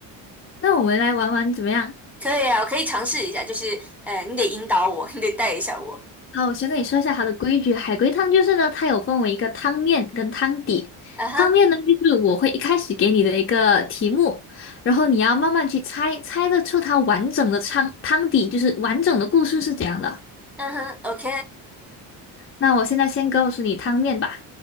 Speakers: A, on the left; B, in the centre.
A: 那我们来玩玩怎么样？
B: 可以啊，我可以尝试一下，就是呃，你得引导我，<laughs> 你得带一下我。
A: 好，我先跟你说一下它的规矩。海龟汤就是呢，它有分为一个汤面跟汤底。
B: 啊哈，
A: 汤面呢，就是我会一开始给你的一个题目，然后你要慢慢去猜，猜得出它完整的汤汤底，就是完整的故事是怎样的。
B: 嗯哼，OK
A: 那我现在先告诉你汤面吧。